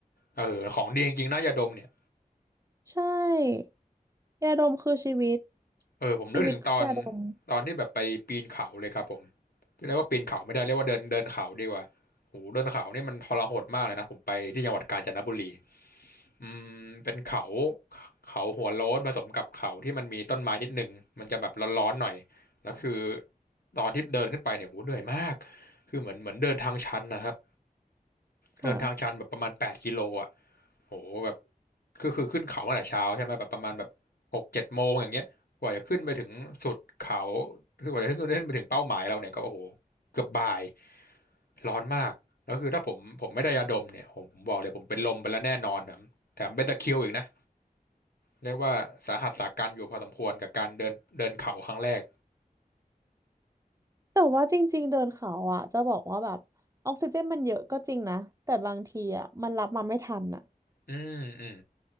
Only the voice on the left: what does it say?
เออของดีจริงๆนะยาดมเนี่ย
เออผมนึกถึงตอน
ตอนที่แบบไปปีนเขาเลยครับผมเรียกว่าปีนเขาไม่ได้เรียกว่าเดินเดินเขาดีกว่าโหเดินเขานี่มันทรหดมากเลยนะผมไปที่จังหวัดกาญจนบุรี อืมเป็นเขาเขาหัวโล้นผสมกับเขาที่มันมีต้นไม้นิดหนึ่งมันจะแบบร้อนๆหน่อยแล้วคือตอนที่เดินขึ้นไปเนี่ยโหเหนื่อยมากคือเหมือนเหมือนเดินทางชันนะครับ
เดินทางชันแบบประมาณแปดกิโลอ่ะโหแบบคือคือขึ้นเขาตั้งแต่เช้าใช่ไหมแบบประมาณแบบหกเจ็ดโมงอย่างเงี้ยกว่าจะขึ้นไปถึงสุดเขาคือกว่าจะขึ้นขึ้นไปถึงเป้าหมายเราเนี่ยก็โอ้โหเกือบบ่ายร้อนมากแล้วคือถ้าผมผมไม่ได้ยาดมเนี่ยผมผมบอกเลยผมเป็นลมไปแล้วแน่นอนแถมแถมเป็นตะคริวอีกนะ เรียกว่าสาหัสสากันอยู่พอสมควรกับการเดินเดินเขาครั้งแรก
อืมอืม